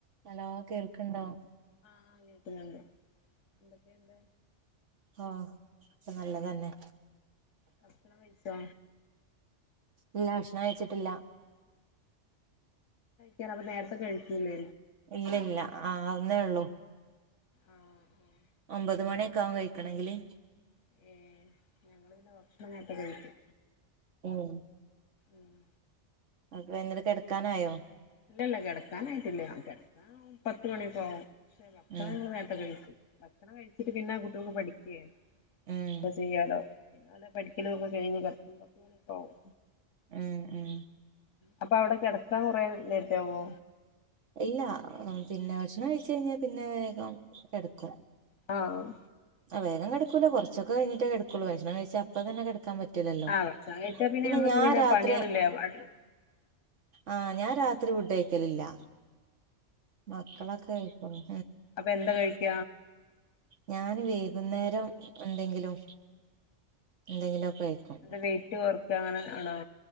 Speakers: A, on the right; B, on the left.
A: Hello കേൾക്ണ്ടോ?
B: ആഹ് ആഹ് കേക്കുന്നുണ്ട്. എന്തൊക്കെയുണ്ട്.
A: ഓ ഇപ്പ നല്ലതന്നെ.
B: ഭക്ഷണം കഴിച്ചോ?
A: ഇല്ല ഭക്ഷണം കയ്ച്ചിട്ടില്ല.
B: കഴിക്കാന്നപ്പോ നേരത്തെ കഴിക്കുലെ.
A: ഇല്ല ഇല്ല ആവുന്നേ ഉള്ളൂ.
B: ആഹ് ആഹ്
A: ഒമ്പത് മണിയൊക്കെ ആകും കഴിക്കണെങ്കില്
B: ഉം ഞങ്ങള് പിന്നെ ഭക്ഷണം നേരത്തെ കഴിക്കും
A: ഉം
B: ഉം
A: അപ്പഇങ്ങള് കെടക്കാനായോ
B: ഇല്ലല്ല കെടക്കാനായിട്ടില്ല കെ ടക്കാൻ പത്ത് മണിക്കാവും <inaudible> ക്ഷ
A: ഉം
B: ഭത കഴിച്ചു ഭക്ഷണം കഴിച്ചിട്ട് പിന്നെ ആ കുട്ടികൾക്ക് പഠിക്കേ
A: ഉം
B: ഒക്കെ ചെയ്യാലോ പിന്നെ അല്ല പഠിക്കലും ഒക്കെ കഴിഞ്ഞ് പ പത്ത്ക്കെ ആവും
A: ഉം ഉം
B: അപ്പൊ അവിടെ കെടക്കാൻ കൊറേ ലേറ്റാവൊ
A: ഇല്ല പിന്നെ ഭക്ഷണം കഴിച്ച ഴിഞ്ഞാൽ പിന്നെ വേഗം കെടക്കും
B: ആഹ്
A: ആ വേഗം കെടക്കൂല കൊ റച്ചൊക്കെ കഴിഞ്ഞിട്ടേ കെ ടക്കുള്ളൂ ഭക്ഷണം കഴിച്ച അപ്പ ത്തന്നെ കെടക്കാൻ പറ്റില്ലല്ലോ
B: ആഹ് ഭക്ഷണം കഴിച്ചാ
A: പിന്നെ
B: നമ്മക്ക്
A: ഞാൻ രാത്രി
B: പണികളില്ലേ
A: ആഹ് ഞാൻ രാത്രി ഫുഡ്കഴിക്ക ലി ല്ല മക്കളൊക്കെ ആയിരിക്കും അല്ലേ
B: അപ്പ എന്താ കഴിക്ക
A: ഞാാന് വൈകുന്നേരം എന്തെങ്കിലും എന്തെങ്കിലുംക്കെ കഴിക്കും
B: വെയിറ്റ് കുറക്കുക അങ്ങനെ ആണോ